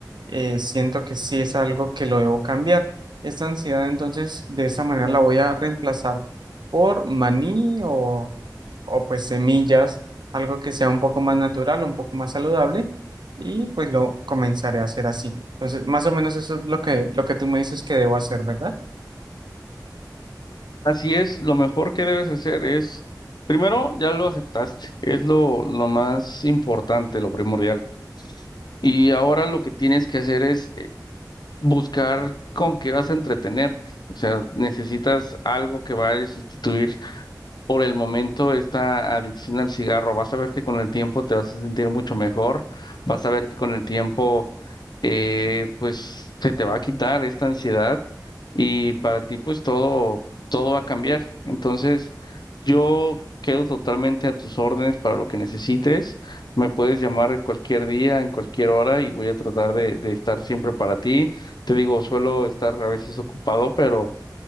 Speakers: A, on the right (about 85°); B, on the left (about 75°).
A: eh, siento que sí es algo que lo debo cambiar. Esta ansiedad, entonces, de esa manera la voy a reemplazar por maní o, o pues semillas, algo que sea un poco más natural, un poco más saludable, y pues lo comenzaré a hacer así. Entonces, más o menos eso es lo que, lo que tú me dices que debo hacer, ¿verdad?
B: Así es, lo mejor que debes hacer es, primero, ya lo aceptaste, es lo, lo más importante, lo primordial. Y ahora lo que tienes que hacer es eh, buscar con qué vas a entretenerte. O sea, necesitas algo que vaya a sustituir por el momento esta adicción al cigarro. Vas a ver que con el tiempo te vas a sentir mucho mejor, vas a ver que con el tiempo eh, pues se te va a quitar esta ansiedad y para ti pues todo, todo va a cambiar. Entonces yo quedo totalmente a tus órdenes para lo que necesites. Me puedes llamar cualquier día, en cualquier hora y voy a tratar de, de estar siempre para ti. Te digo, suelo estar a veces ocupado, pero...